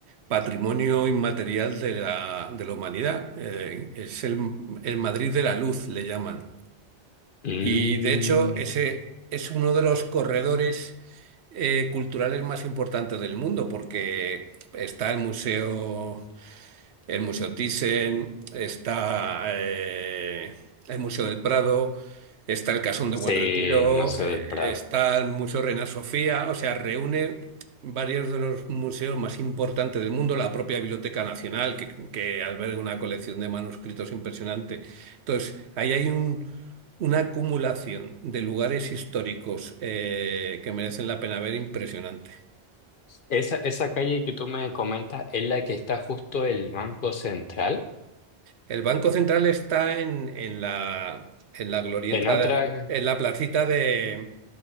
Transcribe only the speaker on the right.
Patrimonio Inmaterial de la, de la Humanidad. Eh, es el, el Madrid de la Luz, le llaman.
Y de hecho, ese es uno de los corredores eh, culturales más importantes del mundo, porque está el Museo el Museo Thyssen, está eh, el Museo del Prado, está el Casón de
Buen Retiro,
eh,
está el Museo Reina Sofía, o sea, reúne varios de los museos más importantes del mundo, la propia Biblioteca Nacional, que, que alberga una colección de manuscritos impresionante. Entonces, ahí hay un- una acumulación de lugares históricos eh, que merecen la pena ver impresionante.
El Banco Central está en, en la, en la glorieta,
en la placita de,